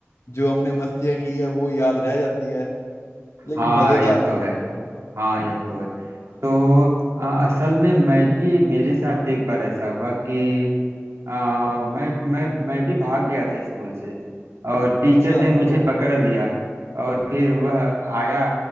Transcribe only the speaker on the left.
जो हमने मस्तियां की है वो याद रह जाती है लेकिन
मजेदार
था
अच्छा